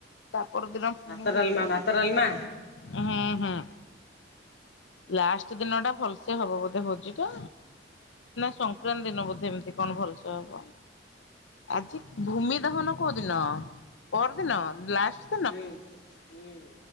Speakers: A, on the left; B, on the left.
A: ତା ପରଦିନ ପୁଣି
B: ଭାତ ଡାଲମା
A: ଭୋଜି ହବ।
B: ଭାତ ଡାଲମା।
A: ହୁଁ ହୁଁ। ଲାଷ୍ଟ ଦିନ ଟା ଭଲସେ ହବ ବୋଧେ ଭୋଜି ଟା? ନା ସଂକ୍ରାନ୍ତି ଦିନ ବୋଧେ ଏମତି କଣ ଭଲସେ ହବ? ଆଜି ଭୂମି ଦହନ କୋଉ ଦିନ ପରଦିନ ଲାଷ୍ଟ।
B: ହୁଁ ହୁଁ।